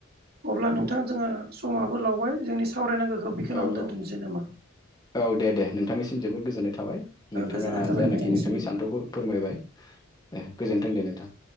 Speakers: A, on the right (about 50°); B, on the left (about 20°).
A: अब्ला नोंथां जोङो समाबो लावबाय जोंनि सावरायनांगौखौ बेखावनो
B: औ
A: दोन्थ'नोसै
B: औ
A: नामा?
B: औ दे दे नोंथांनिसिम जोबोद गोजोन्नाय थाबाय नोंथाङा
A: गोजोननाय थाबाय
B: जानाखि
A: नोंथांनिसिम
B: नोंथांनि सान्थौखौ फोरमायबाय। ए गोजोन्थों दे नोंथां ‌।